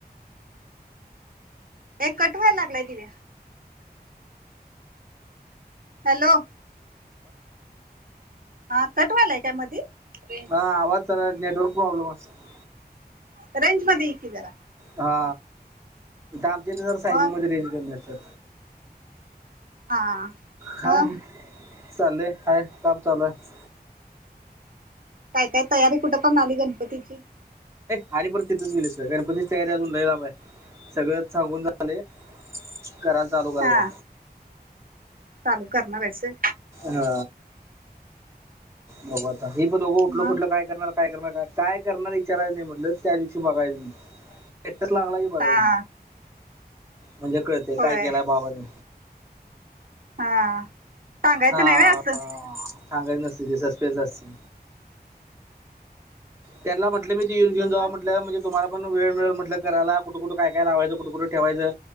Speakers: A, on the right; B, on the right.
A: एक कट व्हायला लागलाय तिव हॅलो हा कट वायलाय काय मधी <unintelligible>
B: हा आवाज जरा नेटवर्क प्रॉब्लेम असतो
A: रेंज मध्ये ये की जरा
B: हा आमच्या जर सायजिंगमध्येध्ये
A: मग
B: रेंज कर न नसत्या
A: हा
B: हाय
A: मग
B: चालले हाय काम चालू आहे
A: काय काय तयारी कुठं पर्यंत आली गणपतीची
B: आणि परत तिथेच गेलीस गणपतीची तयारी अजून लईम आहे सगळं सांगून करायला चालू करायचं
A: हा चालू करणार आहेस होय
B: हा बघु आता हे पण दोघं उठल
A: मग
B: सुटलं काय करणार काय करणार काय काय करणार इचाराय नाही म्हटलं त्या दिवशी बघायच एकच लागला की बघाय
A: हा
B: म्हणजे कळते
A: होय
B: काय केलाय बाबा न
A: हा सांगायचं
B: हा
A: नाही व्हय असं.
B: सांगायच नसतय ते सस्पेन्स असतय त्यांना म्हटलं मी ते येऊन घेऊन जा
A: मग
B: म्हटलं म्हणजे तुम्हाला पण वेळ वेळ म्हटलं करायला कुठ कुठ काय काय लावायचं कुठ कुठ ठेवायचं